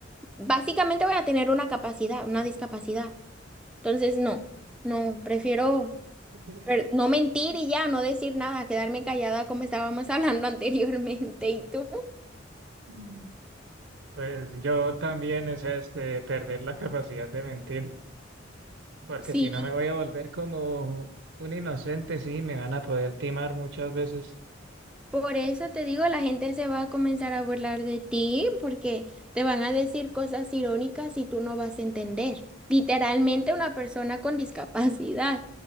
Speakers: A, in the centre; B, on the right.
A: básicamente voy a tener una capacidad, una discapacidad. Entonces, no, no, prefiero
B: <laughs>
A: Pero no mentir y ya, no decir nada, quedarme callada como estábamos hablando <laughs> anteriormente. ¿Y tú?
B: Mm. Pues yo también es este, perder la capacidad de mentir, porque
A: Sí,
B: si no me voy a volver como un inocente, sí, me van a poder timar muchas veces.
A: por eso te digo, la gente se va a comenzar a burlar de ti porque te van a decir cosas irónicas y tú no vas a entender. Literalmente una persona con discapacidad.